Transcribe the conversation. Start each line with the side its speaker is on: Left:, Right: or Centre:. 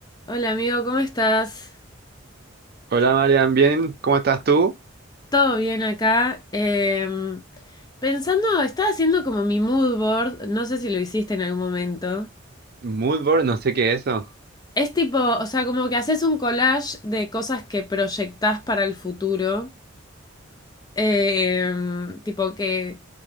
Left: Hola amigo, ¿cómo estás?
Right: Hola Marian, bien, ¿cómo estás tú?
Left: ¿Todo bien acá? Em, pensando, estaba haciendo como mi mood board, no sé si lo hiciste en algún momento.
Right: Moodboard, no sé qué es eso.
Left: Es tipo, o sea, como que haces un collage de cosas que proyectás para el futuro. Em, tipo que,